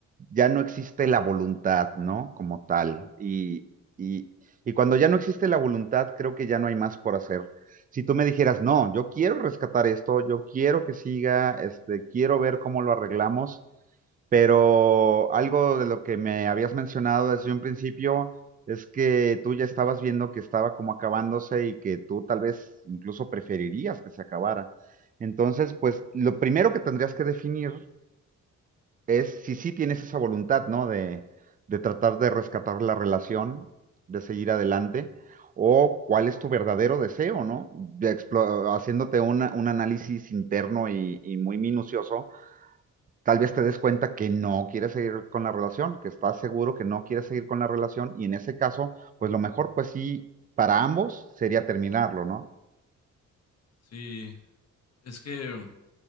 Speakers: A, on the right; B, on the left.
A: ya no existe la voluntad, ¿no? Como tal. Y, y, y cuando ya no existe la voluntad, creo que ya no hay más por hacer. Si tú me dijeras, no, yo quiero rescatar esto, yo quiero que siga, este, quiero ver cómo lo arreglamos, pero algo de lo que me habías mencionado desde un principio es que tú ya estabas viendo que estaba como acabándose y que tú tal vez incluso preferirías que se acabara. Entonces, pues lo primero que tendrías que definir es si sí tienes esa voluntad, ¿no? De, de tratar de rescatar la relación, de seguir adelante, o cuál es tu verdadero deseo, ¿no? De explo- haciéndote una- un análisis interno y, y muy minucioso, tal vez te des cuenta que no quieres seguir con la relación, que estás seguro que no quieres seguir con la relación, y en ese caso, pues lo mejor, pues sí, para ambos sería terminarlo, ¿no?
B: Sí, es que